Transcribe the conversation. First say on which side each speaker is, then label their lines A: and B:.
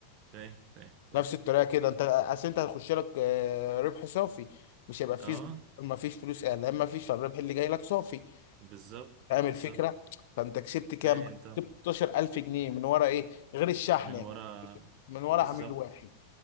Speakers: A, on the right; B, on the left.
A: فاهم فاهم فاهم
B: نفس الطريقه كده انت اصل انت هيخش لك آه، ربح صافي مش هيبقى فيه
A: اه
B: ما فيش فلوس اعلان ما فيش فالربح اللي جاي لك صافي
A: بالظبط
B: فاهم
A: بالظبط
B: الفكره فانت كسبت كام
A: فاهم
B: بقى؟
A: طبعا
B: كسبت 16000 جنيه من ورا ايه غير الشحن
A: من
B: يعني
A: ورا
B: من ورا
A: بالظبط
B: عميل واحد